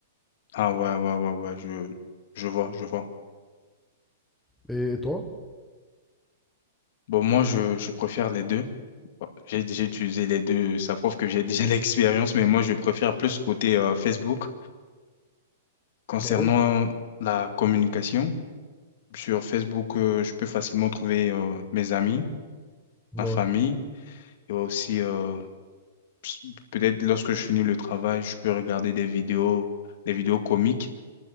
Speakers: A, on the left; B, in the centre.
A: Ah ouais, ouais, ouais, ouais, je, je vois, je vois.
B: Et, et toi?
A: Bon, moi, je, je préfère les deux. Bon, J'ai déjà utilisé les deux, ça prouve que j'ai déjà <laughs> l'expérience, mais moi, je préfère plus côté euh, Facebook Concernant
B: Ah oui.
A: la communication, sur Facebook, euh, je peux facilement trouver euh, mes amis,
B: Ouais,
A: ma famille, et aussi euh, s- peut-être lorsque je finis le travail, je peux regarder des vidéos, des vidéos comiques